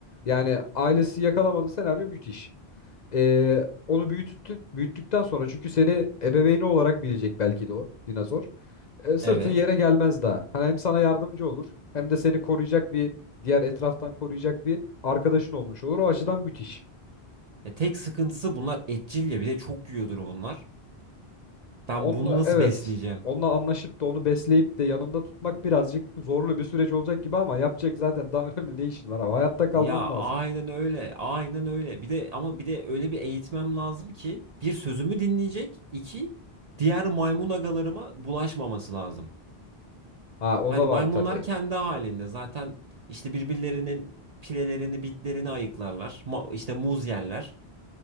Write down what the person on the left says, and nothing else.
Yani ailesi yakalamadı senaryo müthiş. E, onu büyüttü, büyüttükten sonra çünkü seni ebeveyni olarak bilecek belki de o dinozor e, sırtın
yere gelmez daha. Hani hem sana yardımcı olur hem de seni koruyacak bir diğer etraftan koruyacak bir arkadaşın olmuş olur. O açıdan müthiş.
Onunla
evet
onunla anlaşıp da onu besleyip de yanında tutmak birazcık zorlu bir süreç olacak gibi ama yapacak zaten daha <laughs> önemli ne işin var abi. Hayatta kalman
lazım.
Ha o
da
var tabii.